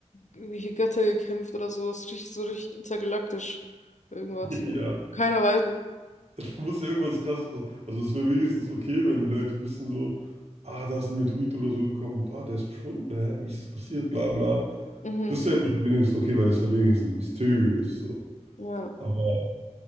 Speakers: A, on the left; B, on the right.
A: irgendwelche Götter gekämpft oder so. Das ist richtig, so richtig intergalaktisch irgendwas.
B: Ja,
A: Keiner weiß. es.
B: da muss ja irgendwas krasses passieren. Also es wäre wenigstens okay, wenn die Leute wissen so, ah, da ist ein Meteorit oder so gekommen und ah, der ist verschwunden, hä? Wie ist das passiert, bla bla.
A: Mhm.
B: Das wäre noch wenigstens okay, weil das wäre wenigstens ein Mysterium ist so.
A: Ja.
B: Aber,